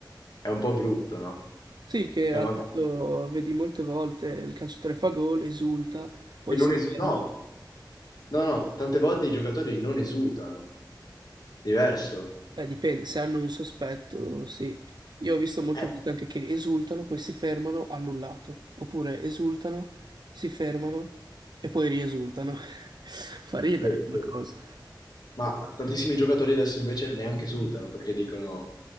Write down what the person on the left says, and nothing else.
è un po' brutta, no?
Cioè,
magari
e non
es-
no, no, no, tante volte i giocatori non esultano, diverso.
Eh,
sì,
sì.
Ma tantissimi giocatori adesso invece neanche esultano perché dicono,